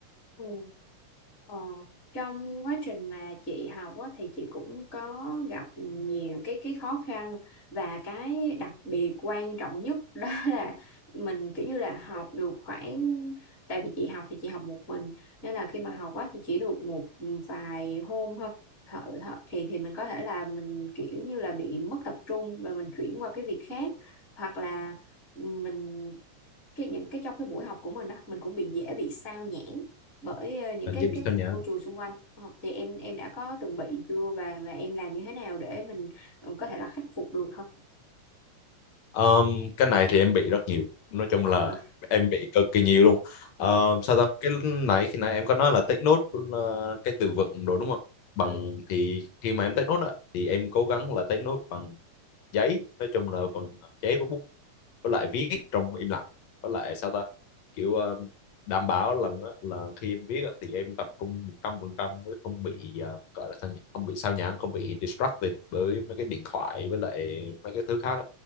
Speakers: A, on the left; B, on the left.
A: em? Ờ, trong quá trình mà chị học á, thì chị cũng có gặp nhiều cái cái khó khăn và cái đặc biệt quan trọng nhất <laughs> đó là mình kiểu như là học được khoảng tại vì chị học thì chị học một mình nên là khi mà học á, thì chỉ được một vài hôm thôi Hợ- hợ- thì thì mình có thể là mình kiểu như là bị mất tập trung và mình chuyển qua cái việc khác hoặc là mình cái những cái trong cái buổi học của mình á mình cũng bị dễ bị sao nhãng bởi ờ, những
B: là
A: cái
B: dễ bị
A: cái
B: sao nhá
A: môi trường xung quanh Ờ, thì em em đã có từng bị chưa và và em làm như thế nào để mình ờ, có thể là khắc phục được không
B: Um, cái này thì em bị rất nhiều nói chung
A: Ờ,
B: là em bị cực kỳ nhiều luôn
A: ờ,
B: um, sao ta cái nãy khi nãy em có nói là take note là cái từ vựng đồ đúng không bằng
A: ừ,
B: thì khi mà em take note á, thì em cố gắng là take note bằng giấy nói chung là bằng giấy và bút với lại viết trong im lặng với lại sao ta kiểu ờ, đảm bảo lần là, là khi em viết á, thì em tập trung một trăm phần trăm mới không bị ờ, gọi là sao nhỉ không bị sao nhãng không bị distracted bởi mấy cái điện thoại với lại mấy cái thứ khác á.